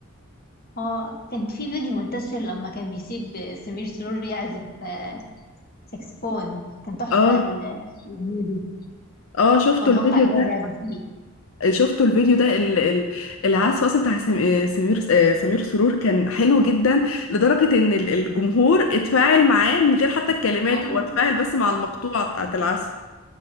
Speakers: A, on the left (about 50°); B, on the left (about 80°).
A: اه كان في فيديو منتشر لما كان بيسيب سمير سرور يعزف آه، ساكسفون كان تحفة
B: اه
A: ال- الأغنية دي
B: اه شفتوا
A: هو المقطع
B: الفيديو
A: اللي
B: ده
A: هو بيعزف فيه
B: شفتوا الفيديو ده ال- ال- العزف اصلا بتاع سم- آه، سمير آه، سمير سرور كان حلو جدا لدرجة ان ال- الجمهور اتفاعل معاه من غير حتى الكلمات
A: أيوة
B: هو اتفاعل بس مع المقطوعة بتاعة العزف